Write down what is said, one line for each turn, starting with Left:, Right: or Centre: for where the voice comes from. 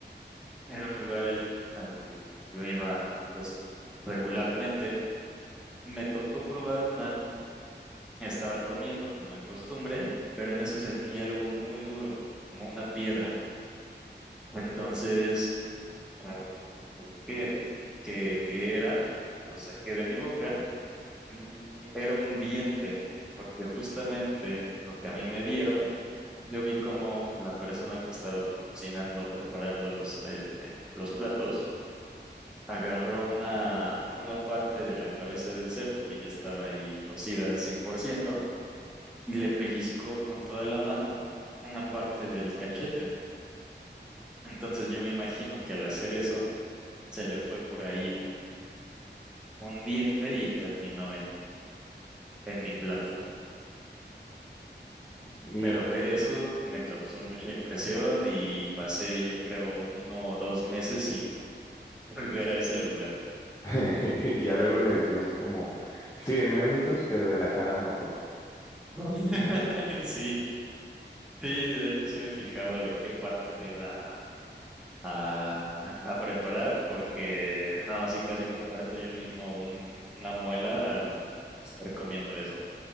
Centre: era un lugar el- al que yo iba pues regularmente Me tocó probar una, estaba comiendo como de costumbre, pero en eso sentí algo muy duro, como una piedra. Entonces, ah, busqué qué, qué era, lo saqué de mi boca, mm, era un diente, porque justamente lo que a mí me dieron, yo vi como la persona que estaba cocinando, preparando los, eh, eh, los platos, agarró una, una parte de la cabeza del cerdo que ya estaba ahí cocida al 100% y le pellizcó con toda la mano una parte del cachete. Entonces yo me imagino que al hacer eso se le fue por ahí un, un diente y terminó en, en mi plato.
Left: Y,
Centre: Pero ver eso me causó mucha impresión y pasé yo creo uno o dos meses sin <laughs> volver a ese lugar.
Left: <laughs> y ya luego le decías como, sí, deme unitos, pero de la cara no, por favor.
Centre: <laughs> <laughs> Y sí, sí, de hecho sí me fijaba de qué parte lo iba a, a preparar porque no, sí casi me parto yo mismo un- una muela al estar comiendo eso.